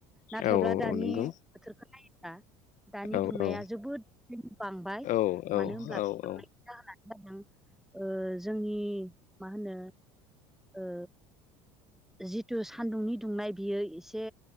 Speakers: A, in the centre; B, on the left (about 55°).
A: नाथायब्ला
B: औ
A: दानि
B: औ नंगौ
A: बोथोरखौ नायोब्ला दानि
B: औ
A: दुंनाया
B: औ
A: जोबोद बांबाय
B: औ
A: मानो होनब्ला
B: औ
A: बेबांनायनि
B: औ
A: जाहोना ओ जोंनि मा होनो ओ जिथु सान्दुंनि दुंनाय बियो एसे